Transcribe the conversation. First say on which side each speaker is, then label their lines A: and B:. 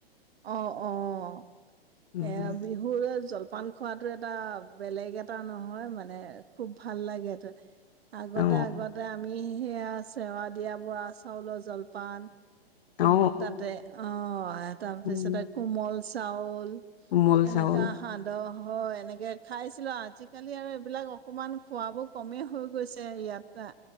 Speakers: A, on the right; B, on the left.
A: অহ অহ,
B: উম
A: এ বিহুৰ জল পান খোৱাটো এটা বেলেগ এটা নহয় মানে, খুব ভাল লাগেতো। আগতে
B: অ
A: আগতে আমি সেয়া চেৱা দিয়া বুৰা চাউলৰ জলপান <unintelligible>
B: অ
A: ততেই, অহ। হয়। তাৰপিছতে
B: উম
A: কোমল চাউল
B: কোমল
A: এনেকা
B: চাউল
A: সান্দহ হয় এনেকে খাইছিলো, আজিকালি আৰু এইবিলাক অকমান খোৱাবোৰ কমেই হৈ গৈছে ইয়াত না।